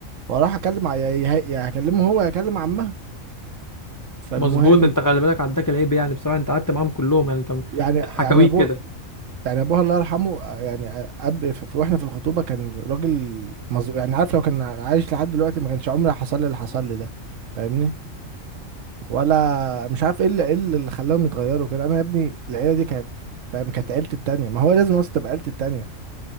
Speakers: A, on the right (about 70°); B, on the left (about 30°).
A: واروح اكلم ع- يا- يا- يا هكلمه هو يا هكلم عمها فالمهم
B: مظبوط انت خلي بالك عداك العيب يعني بصراحه انت قعدت معاهم كلهم يعني انت من
A: يعني يعني
B: حكاويك
A: ابوه
B: كده
A: يعني ابوها الله يرحمه آه، يعني آه، اب ف- واحنا في الخطوبه كان راجل مظلوم يعني عارف لو كان عايش لحد دلوقتي ما كانش عمري حصل لي اللي حصل لي ده فاهمني ولا مش عارف ايه اللي ايه اللي خلاهم يتغيروا كده انا يا ابني العيله دي كانت فاهم كانت عيلتي التانية ما هو لازم اصلا تبقى عيلتي التانية